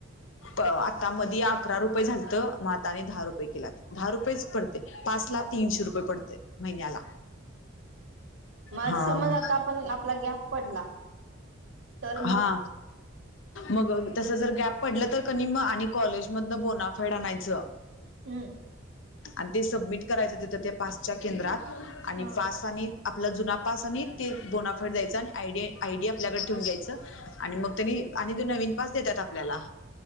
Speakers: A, on the left (about 65°); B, on the right (about 70°).
A: आता मध अकरा रुपये झाल तर म आता आणि दहा. रुपये केलात दहा रुपयेच पडते पासला
B: हा
A: तीनशे रुपये पडते महिन्याला.
B: माझ
A: हा.
B: समज आता आपण आपला गॅप पडला. तर मग
A: हा. मग तस जर गॅप पडलं तर क म आणि कॉलेजमधन. बोनाफेड आणायचं
B: हम्म.
A: आणि ते सबमिट करायचं तेथ त्या पास्च्या केंद्रात आणि
B: हा
A: पा. आपला जुना पास आणि बोनाफाईट द्यायचा आयडी आयडी आपल्याकडे. ून घ्यायचं आणि मग त्यांनी आणि दो नवीन पास देतात आपल्याला